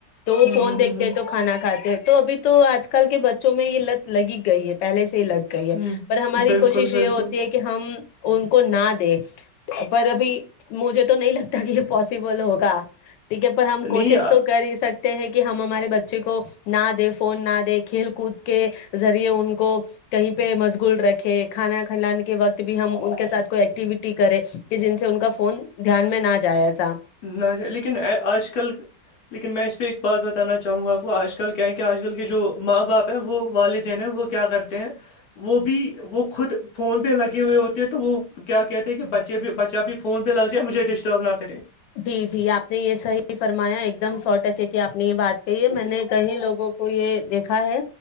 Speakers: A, on the left; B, on the left.
A: تو
B: ہوں
A: وہ فون
B: ہوں
A: دیکھ
B: ہوں
A: تو کھانا کھاتے ہیں تو ابھی تو آج کل کے بچوں میں یہ لت لگی گئی ہے پہلے سے یہ لگ کہئی ہے
B: ہوں ہوں،
A: پر ہماری
B: بالکل
A: کوشش یہ
B: بالکل
A: ہوتی ہے کہ ہم ان کو نہ دیں پر ابھی مجھے تو نہیں لگتا کہ پاسبل ہوگا ٹھیک ہے پر ہم
B: نہیں
A: کوشش تو کر ہی سک ہیں کہ ہمارے بچے کو نہ دے فون نہ دے کھیل کود کے ذریعے ان کو کہیں پہ مشغول رکھے کھانا کھنلانے کے وقت بھی ہم ان کے ساتھ کوئی ایکٹیویٹی کریں کہ جن سے ان کا فون دھیان میں نہ جایا س
B: نہ جا لیکن آ آج کل لیکن میں اس پہ ایک بات بتانا چاہوں گا آپ کو آج کل کیا ہے کیا آج کل کے جو ماں باپ ہے وہ والدین ہے وہ کیا کرتے ہیں وہ بھی وہ خود فون پہ لگے ہوئے ہوتے ہیں تو وہ کیا کہتے ہیں کہ بچے بھی بچہ بھی فون پہ لگ جائے مجھے ڈسٹرب نہ کرے
A: جی جی آپ نے یہ صحیح فرمایا ایک دم سو ٹکے کی آپ نے یہ بات کہی ہے میں نے کئی لوگوں کو یہ دیکھا ہے